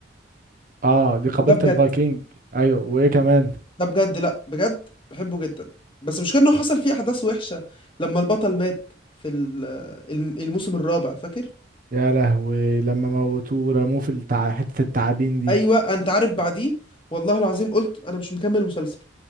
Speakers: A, on the right (about 45°); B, on the left (about 25°).
A: اه دي قبيلة
B: وده بجد
A: الفايكنج ايوه وايه كمان
B: ده بجد لا بجد بحبه جدا بس مش انه حصل فيه احداث وحشه لما البطل مات في ال- الم- الموسم الرابع فاكر
A: يا لهوي لما موتوه ورموه في التع... حتة التعابين دي
B: ايوه انت عارف بعديه والله العظيم قلت انا مش مكمل المسلسل